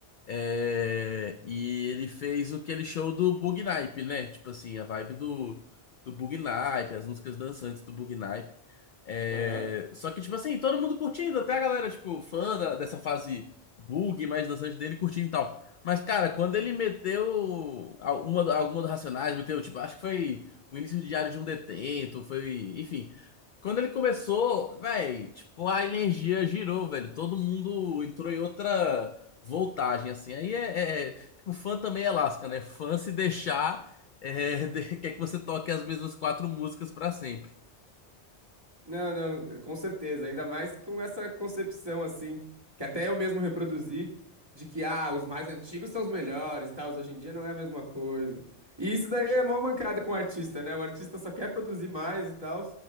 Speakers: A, on the left; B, on the right.
A: É, e ele fez aquele show do Bug Naip, né? Tipo assim, a vibe do, do Bug Naip, as músicas dançantes do Bug Naip. É,
B: Aham.
A: só que, tipo assim, todo mundo curtindo, até a galera, tipo, fã da- dessa fase bug mais dançante dele, curtindo e tal. Mas, cara, quando ele meteu alguma, alguma do Racionais, meteu, tipo, acho que foi o início de Diário de um Detento, foi, enfim. Quando ele começou, velho, tipo, a energia girou, velho. Todo mundo entrou em outra voltagem, assim. Aí é, é- é, Tipo, fã também é lasca, né? Fã se deixar, é, <laughs> de- quer que você toque as mesmas quatro músicas pra sempre.
B: Não, não, com certeza, ainda mais com essa concepção assim, que até eu mesmo reproduzi, de que ah, os mais antigos são os melhores e tal, os hoje em dia não é a mesma coisa. E isso daí é mó mancada com o artista, né? O artista só quer produzir mais e tal,